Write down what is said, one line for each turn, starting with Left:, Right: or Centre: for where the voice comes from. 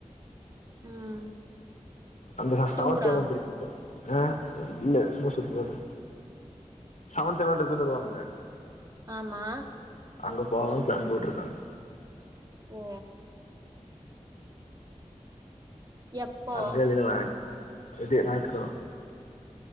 Right: ம்
Left: அந்த ச சவந்த்
Right: டூரா
Left: எவந்த் இருக்குங்க ஆ இல்ல சும்மா சுத்தி பாத்தே செவன்த் எவென்ட் இருக்குன்னு சொல்லுவாங்களே
Right: ஆமா
Left: அங்கே போகலான் ப்ளான் போட்ருக்காங்க
Right: ஓ எப்போ
Left: அங்க இல்லேனா ஞாய்த் ரெடி ஞாய்த்துக்கெழம